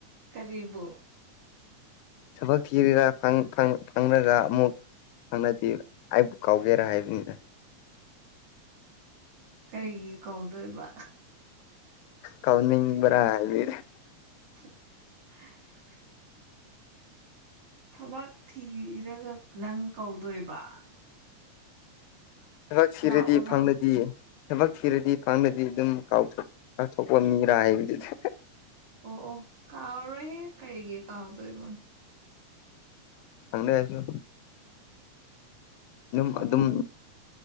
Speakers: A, on the right (about 45°); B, on the left (about 85°).
A: ꯀꯔꯤꯕꯨ
B: ꯊꯕꯛ ꯊꯤꯔꯒ ꯐꯪꯂꯒ ꯑꯃꯨꯛ ꯐꯪꯂꯗꯤ ꯑꯩꯕꯨ ꯀꯥꯎꯒꯦꯔꯥ ꯍꯥꯏꯕꯅꯤꯗ
A: ꯀꯔꯤꯒꯤ ꯀꯥꯎꯗꯣꯏꯕ
B: ꯀꯥꯎꯅꯤꯡꯕꯔꯥ ꯍꯥꯏ
A: <unintelligible> ꯊꯕꯛ ꯊꯤꯔꯒ ꯅꯪ ꯀꯥꯎꯗꯣꯏꯕ
B: ꯊꯕꯛ ꯊꯤꯔꯗꯤ
A: ꯂꯥꯛꯑꯣ ꯂꯥꯛꯑꯣ
B: ꯐꯪꯂꯗꯤ ꯊꯕꯛ ꯊꯤꯔꯗꯤ ꯐꯪꯂꯗꯤ ꯑꯗꯨꯝ ꯀꯥꯎ ꯀꯥꯎꯊꯣꯛ ꯂꯝꯅꯤꯔ ꯍꯥꯏꯕꯗꯨꯗ
A: ꯑꯣ ꯑꯣ ꯀꯥꯎꯔꯣꯏꯍꯦ ꯀꯔꯤꯒꯤ ꯀꯥꯎꯗꯣꯏꯕ
B: ꯈꯪꯗꯦ ꯑꯩꯁꯨ ꯅꯪ
A: ꯈꯪꯉꯨ
B: ꯑꯗꯨꯝ